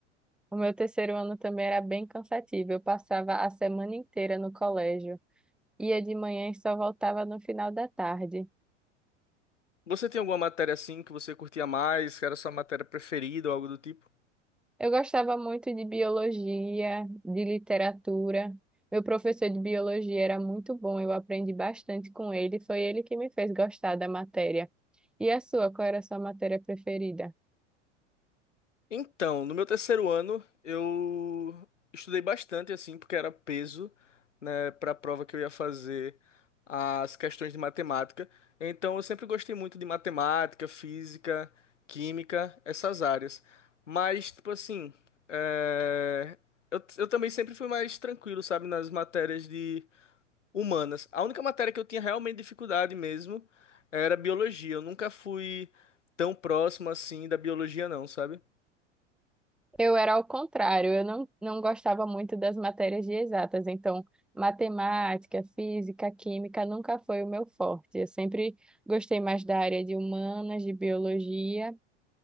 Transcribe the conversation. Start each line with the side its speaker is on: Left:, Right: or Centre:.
Centre: O meu terceiro ano também era bem cansativo. Eu passava a semana inteira no colégio, ia de manhã e só voltava no final da tarde.
Left: Você tem alguma matéria assim que você curtia mais, que era sua matéria preferida ou algo do tipo?
Centre: Eu gostava muito de biologia, de literatura. Meu professor de biologia era muito bom, eu aprendi bastante com ele. Foi ele que me fez gostar da matéria. E a sua? Qual era a sua matéria preferida?
Left: Então, no meu terceiro ano, eu estudei bastante, assim, porque era peso, né, para a prova que eu ia fazer as questões de matemática. Então, eu sempre gostei muito de matemática, física, química, essas áreas. Mas, tipo assim, é, eu, eu também sempre fui mais tranquilo, sabe, nas matérias de humanas. A única matéria que eu tinha realmente dificuldade mesmo era biologia. Eu nunca fui tão próximo assim da biologia, não, sabe?
Centre: Eu era ao contrário, eu não, não gostava muito das matérias de exatas, então matemática, física, química nunca foi o meu forte. Eu sempre gostei mais da área de humanas, de biologia,